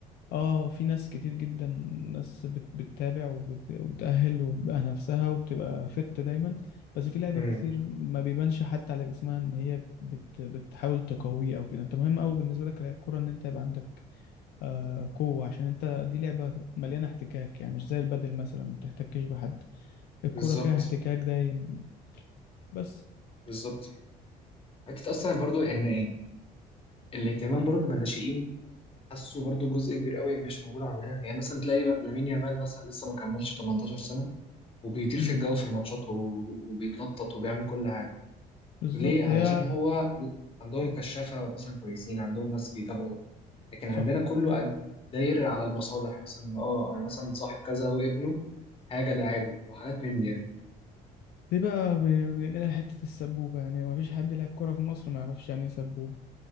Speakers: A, on the left; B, on the left.
A: اه في ناس كتير جدا ناس بت- بتتابع وبت- وبتأهل وبتبقى نفسها وبتبقى فت دايما بس في لعيبة
B: امم
A: كتير ما بيبانش حتى على جسمها ان هي بت بتحاول تقويه او كده انت مهم قوي بالنسبة لك كلاعب كورة ان انت يبقى عندك آه قوة عشان انت دي لعبة مليانة احتكاك يعني مش زي البادل مثلا ما بتحتكش بحد الكورة
B: بالظبط
A: فيها احتكاك دايم بس
B: بالظبط حته اصلا برضو ان الاهتمام برضو بالناشئين حاسه برضو جزء كبير قوي مش موجود عندنا يعني مثلا تلاقي لامين يامال مثلا لسه ما كملش 18 سنة وبيطير
A: امم
B: في الجو في الماتشات و- وبيتنطط وبيعمل كل حاجة
A: بالظبط
B: ليه؟ علشان
A: هي
B: هو عندهم كشافة مثلا كويسين عندهم ناس بيتابعوا لكن
A: صح
B: عندنا كله قد- داير على المصالح مثلا اه انا مثلا صاحب كذا وابنه حاجة لاعبه وحاجات من دي يعني
A: دي بقى ب- بننقلها لحتة السبوبة يعني ما فيش حد يلعب كورة في مصر ما يعرفش يعني ايه سبوبة